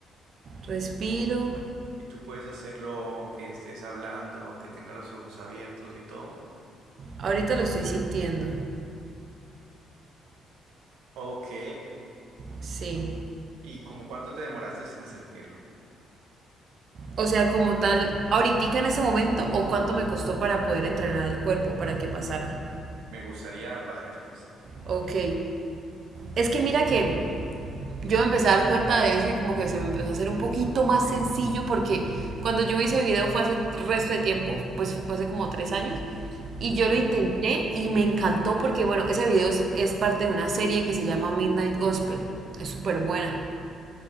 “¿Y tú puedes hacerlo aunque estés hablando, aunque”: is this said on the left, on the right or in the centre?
Right